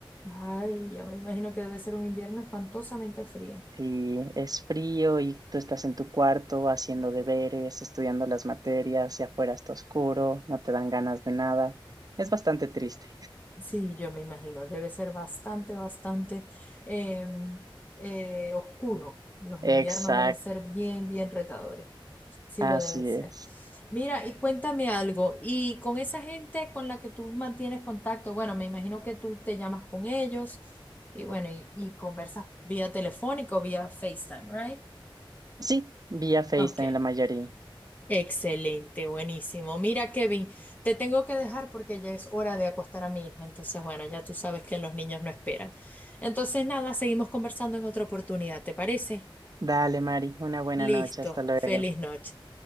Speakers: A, on the left (about 20°); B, on the right (about 45°).
A: Ay, ya me imagino que debe ser un invierno espantosamente frío.
B: Si es frío y tú estás en tu cuarto haciendo deberes, estudiando las materias, y afuera está oscuro, no te dan ganas de nada. Es bastante triste.
A: Sí, yo me imagino, debe ser bastante, bastante eh, eh, oscuro. Los
B: Exacto,
A: inviernos deben ser bien, bien retadores. Sí,
B: así
A: lo deben ser.
B: es.
A: Mira, y cuéntame algo, y con esa gente con la que tú mantienes contacto, bueno, me imagino que tú te llamas con ellos y bueno, y, y conversas vía telefónica o vía FaceTime, ¿right?
B: Sí, vía Face
A: Ok.
B: también la mayoría.
A: Excelente, buenísimo. Mira, Kevin, te tengo que dejar porque ya es hora de acostar a mi hijo. Entonces, bueno, ya tú sabes que los niños no esperan. Entonces, nada, seguimos conversando en otra oportunidad, ¿te parece?
B: Dale, Mari, una buena
A: Listo.
B: noche, hasta luego.
A: Feliz noche.